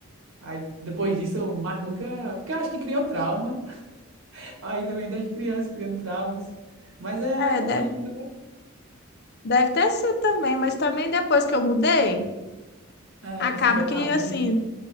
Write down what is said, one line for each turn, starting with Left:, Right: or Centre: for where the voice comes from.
Right: Aí depois disso, eu mais nunca. Porque eu acho que criou trauma. <laughs> Aí também desde criança, criando traumas. Mas é,
Left: É, deve,
Right: é isso, né?
Left: deve ter sido também, mas também depois que eu mudei,
Right: É,
Left: acaba
Right: você foi pra
Left: que
Right: longe.
Left: assim,